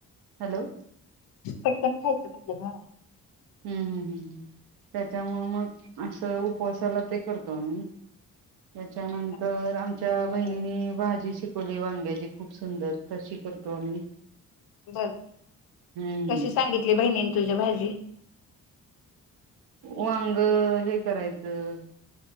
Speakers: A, on the right; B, on the left.
A: हॅलो.
B: पटकन खायचं म्हणलं गं,
A: हम्म हम् हम् हम्. त्यांच्यामुळ मग असं उपवासाला ते करतो आम्ही. त्याच्यानंतर,
B: होतंय
A: आमच्या
B: वेगळं
A: बहिणीने
B: काहीतरी
A: भाजी शिक कवली वांग्याची खूप सुंदर तशी करतो आम्ही.
B: बर
A: हम्म
B: कशी सांगितली. बहिणीने तुझ्या भाजी,
A: वांग हे करायचं,